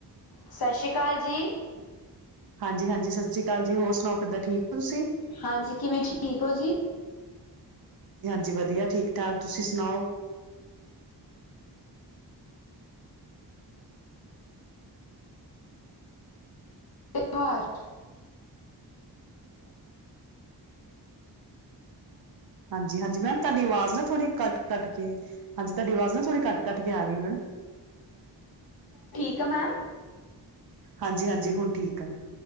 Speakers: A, on the left (about 60°); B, on the right (about 60°).
A: ਸਤਿ ਸ੍ਰੀ ਅਕਾਲ ਜੀ।
B: ਹਜੀ ਹਾਂਜੀ ਸਤਿ ਸ਼ੀ ਅਕਾਲੀ ਹੋਰ ਸੁਣਾ ਕਿੱਦਾ ਠੀਕ। ਹੋ ਤੁਸੀਂ?
A: ਹਾਂਜੀ ਕਿਵੇਂ ਠੀਕ ਹੋ ਜੀ।
B: ਜੀ ਵਧੀਆ ਠੀਕ ਠਾਕ ਤੁਸੀਂ ਸੁਣਾਓ?
A: ਤਿਾਰ। <inaudible>
B: ਹਾਂਜੀ ਹਾਂਜੀ ਮੈਮ ਤੁਹਾਡੀ ਆਵਾਜ਼ ਨਾ ਥੋੜ੍ਹੀ ਕੱਟ ਕੱਟ ਕੇ। ਹਾਂਜੀ ਤੁਹਾਡੀ ਆਵਾਜ਼ ਨਾ ਥੋੜੀ ਕੱਟ ਕੱਟ ਕੇ ਆ ਰਹੀ ਮੈਮ।
A: ਠਕ ਮੈਮ।
B: ਹਾਂਜੀ ਹਾਂਜੀ ਹੁਣ ਠੀਕ ਆ।